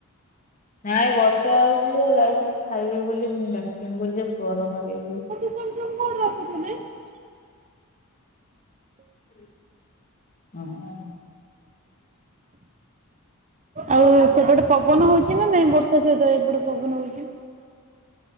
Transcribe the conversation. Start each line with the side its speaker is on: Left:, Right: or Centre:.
Left: ନାଇଁ ବର୍ଷା ହଉଛି ଯାଇଛନ୍ତି ଖାଇବେ ବୋଲି ମୁ ଡାକମି ବୋଲି ଯେ ଫୋନ କରିବି ବୋଲି।
Right: <unintelligible>
Left: ହଁ
Right: ଆଉ ସେପଟେ ପବନ ହଉଚି ନା ନାଇଁ? ବର୍ଷା ସହିତ ଏପଟେ ପବନ ହଉଚି।